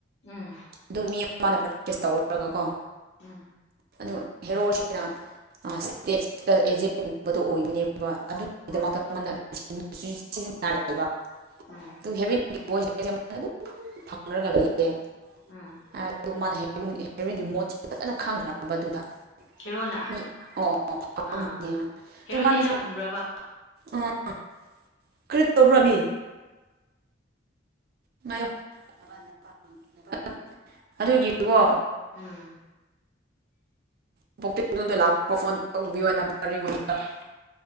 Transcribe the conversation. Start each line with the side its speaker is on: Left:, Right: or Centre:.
Left: ꯎꯝ
Right: ꯑꯗꯨ ꯃꯤ ꯃꯥꯅ ꯄ꯭ꯔꯛꯇꯤꯁ ꯇꯧꯔꯒꯀꯣ
Left: ꯎꯝ
Right: ꯑꯗꯨ ꯍꯦꯔꯣꯁꯤꯅ ꯏꯁꯇꯦꯠꯇꯥ ꯑꯦꯖꯦꯟꯒꯨꯝꯕꯗꯣ ꯑꯣꯏꯕꯅꯦꯕ ꯑꯗꯨꯒꯤꯗꯃꯛꯇ
Left: ꯎꯝ
Right: <unintelligible> ꯁꯤꯖꯤꯟꯅꯔꯦꯕ
Left: ꯎꯝ
Right: ꯑꯗꯨ <unintelligible> ꯑꯗꯨꯝ ꯐꯪꯔꯒ ꯂꯩꯌꯦ
Left: ꯎꯝ
Right: ꯍꯥꯏ ꯑꯗꯨ ꯃꯥꯅ <unintelligible> ꯍꯦꯔꯣꯏꯟꯒꯤ ꯃꯣꯠꯁꯦ ꯐꯖꯅ ꯈꯪꯈ꯭ꯔꯕ ꯑꯗꯨꯗ
Left: ꯍꯦꯔꯣꯅ
Right: <unintelligible>
Left: ꯑꯥ ꯍꯦꯔꯣꯗꯤ
Right: ꯗꯨ ꯃꯅꯥꯁꯨ
Left: ꯏꯅꯥꯛ ꯈꯨꯟꯕ꯭ꯔꯕ
Right: ꯥ <unintelligible> ꯀꯔꯤ ꯇꯧꯕ꯭ꯔꯥꯕꯤ ꯉꯥꯏꯌꯣ <unintelligible> ꯑꯗꯨꯒꯤꯀꯣ
Left: ꯎꯝ
Right: <unintelligible> ꯂꯥꯛꯄ ꯐꯣꯟ ꯇꯧꯕꯤꯌꯣꯅ <unintelligible>